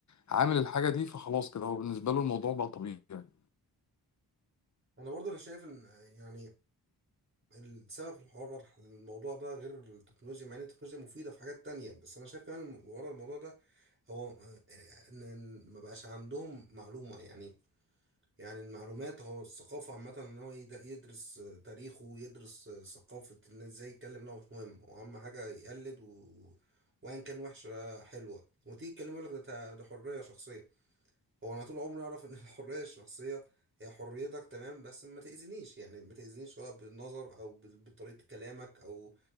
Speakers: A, on the left; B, on the right.
A: عامل الحاجة دي فخلاص كده هو بالنسبة له الموضوع بقى طبيعي يعني.
B: أنا برضه أنا شايف إن يعني السبب في الحوار ورا الموضوع ده غير التكنولوجيا مع ان التكنولوجيا مفيدة في حاجات تانية بس انا شايف كمان ورا الموضوع ده هو آه، آه، ان ما بقاش عندهم معلومة يعني يعني المعلومات هو الثقافة عامة ان هو يد- يدرس آه، تاريخه ويدرس آه، ثقافة الناس ازاي يتكلم لا هو مش مهم هو اهم حاجة يقلد و... وان كان وحشة حلوة وتيجي تكلمه يقول لك ده ده حرية شخصية هو انا طول عمري اعرف ان <laughs> الحريه الشخصيه هي حريتك تمام بس ما تاذينيش يعني ما تاذينيش سواء بالنظر او بال- بطريقه كلامك او